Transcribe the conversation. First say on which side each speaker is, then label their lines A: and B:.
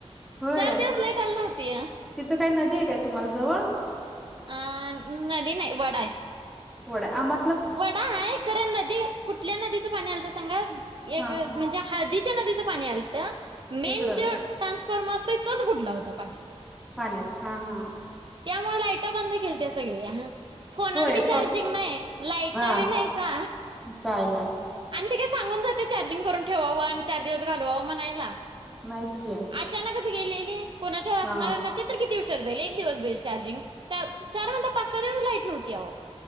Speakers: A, in the centre; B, on the right (about 45°).
A: होय.
B: चार दिवस लाईट आली नव्हती
A: तिथं काही नदी आहे काय तुम्हाला जवळ.
B: अ नदी नाही. वडा आहे.
A: वडाय अमा
B: वडा हाय खरं नदी कुठल्या नदीचं पाणी आलं तर सांगा
A: हा
B: एक म्हणजे हळदीच्या नदीचं पाणी आलंत. मेन
A: तिकडं
B: ज्यो ट्रान्सफॉर्म असतोय तोच बुडला होता पाण्यात.
A: पाण्यात हा -हा.
B: त्यामुळ लाईटा बंद केलत्या सगळ्या. फोनात
A: होय
B: बी चार्जिंग
A: पा
B: नाही. लाईटा
A: हा
B: बी नाहीता
A: काय नाही
B: आणि ति काय सांगून जातय चार्जिंग करून ठेवावं आणि चार दिवस घालवावं म्हणायला.
A: नाहीच की.
B: अचानकच गेलेलीय. कोणाच्या असणाऱ्या
A: हा
B: ना ते तर किती उशर जाईल एक दिवस जाईल चार्जिंग. चार चार म्हणता पाच सहा दिवस लाईट नव्हती आवो